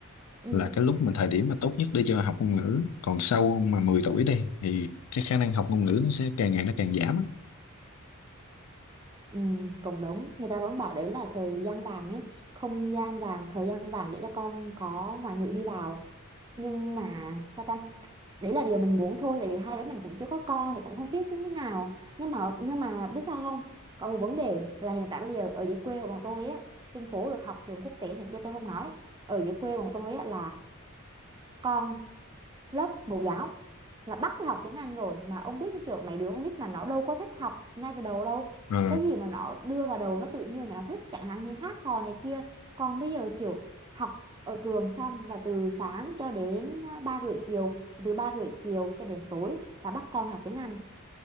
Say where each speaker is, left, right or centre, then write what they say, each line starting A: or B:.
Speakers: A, on the right (about 20°); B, on the left (about 80°).
A: ừ
B: là cái lúc mà thời điểm mà tốt nhất để cho học ngôn ngữ còn sau mà 10 tuổi đi thì cái khả năng học ngôn ngữ nó sẽ càng ngày nó càng giảm á
A: ừ cũng đúng người ta vẫn bảo đấy là thời gian vàng ấy không gian vàng thời gian vàng để cho con có ngoại ngữ đi vào nhưng mà sao ta đấy là điều mình muốn thôi tại vì hai đứa mình cũng chưa có con thì cũng không biết như thế nào nhưng mà nhưng mà biết sao không còn một vấn đề là hiện tại bây giờ ở dưới quê của bọn tôi á trên phố được học trường quốc tế này kia tôi không nói ở dưới quê bọn tôi á là con lớp mẫu giáo là bắt đi học tiếng Anh rồi mà ông biết như kiểu mấy đứa con nít mà nó đâu có thích học ngay từ đầu đâu
B: ờ
A: cái gì mà nó đưa vào đầu nó tự nhiên là nó thích chẳng hạn như hát hò này kia còn bây giờ kiểu học ở trường xong là từ sáng cho đến à, ba rưỡi chiều từ ba rưỡi chiều cho đến tối là bắt con học tiếng Anh